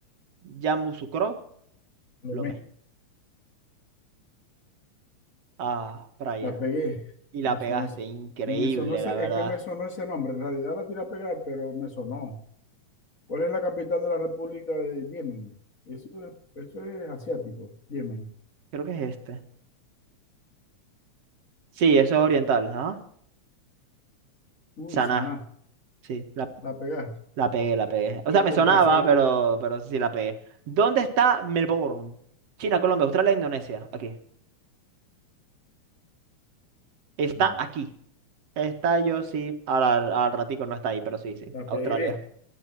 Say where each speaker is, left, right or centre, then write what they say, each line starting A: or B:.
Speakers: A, on the right (about 60°); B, on the left (about 30°).
A: Yamoussoukro,
B: Lomé.
A: Lomé. Ah, Praia.
B: La pegué.
A: Y la
B: Me
A: pegaste,
B: sonó ese.
A: increíble,
B: Me sonó ese.
A: la verdad.
B: Es que me sonó ese nombre. En realidad la tiré a pegar, pero me sonó. ¿Cuál es la capital de la República de Yemen? Eso es, eso es asiático. Yemen.
A: Creo que es este. Sí, eso es oriental, ¿ah?
B: Uy,
A: Saná.
B: saná,
A: Sí, la,
B: la pegaste.
A: la pegué, la pegué. O
B: O,
A: sea, me sonaba,
B: o te la sabes.
A: pero, pero sí la pegué. ¿Dónde está Melbourne? China, Colombia, Australia, Indonesia. Aquí. Está
B: No,
A: aquí. Está yo sí. Ahora al, al ratico no está ahí, pero sí, sí.
B: La
A: Australia.
B: pegué.